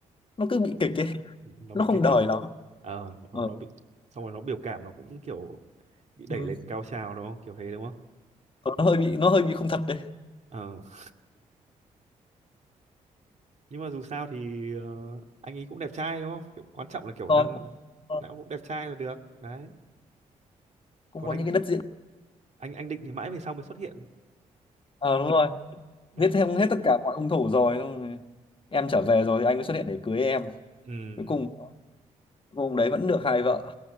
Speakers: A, on the left; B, on the right.
A: nó cứ bị kịch ấy
B: nó
A: nó
B: bị
A: không
B: kích
A: đời
B: à
A: lắm
B: ờ nó,
A: ờ.
B: nó bị xong rồi nó biểu cảm nó cũng kiểu bị đẩy
A: ừ.
B: lên cao trào đúng không kiểu thế đúng không
A: Ờ, nó hơi bị nó hơi bị không thật đấy
B: ờ <laughs> nhưng mà dù sao thì ờ, anh ấy cũng đẹp trai đúng không kiểu quan trọng là kiểu
A: rồi
B: năm
A: ờ,
B: nào cũng đẹp trai là được đấy
A: cũng
B: còn
A: có
B: anh
A: những cái đất diễn
B: anh anh Định thì mãi về sau mới xuất hiện
A: ờ đúng rồi
B: đấy
A: giết thêm hết tất cả mọi hung thủ rồi xong rồi em trở về rồi thì anh mới xuất hiện để cưới em
B: ừ
A: cuối cùng cô ông đấy vẫn được hai vợ